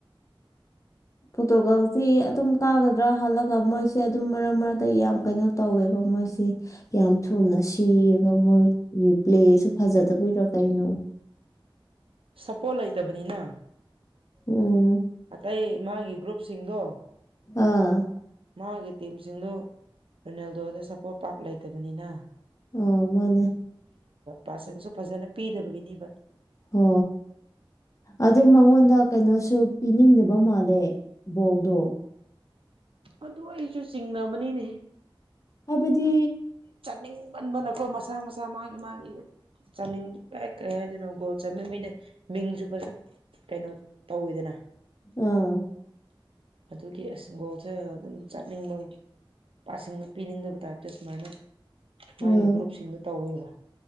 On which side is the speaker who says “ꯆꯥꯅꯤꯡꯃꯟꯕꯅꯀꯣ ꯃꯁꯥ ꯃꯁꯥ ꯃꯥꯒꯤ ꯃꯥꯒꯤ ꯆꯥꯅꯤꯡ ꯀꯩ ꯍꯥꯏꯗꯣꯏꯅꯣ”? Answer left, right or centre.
Right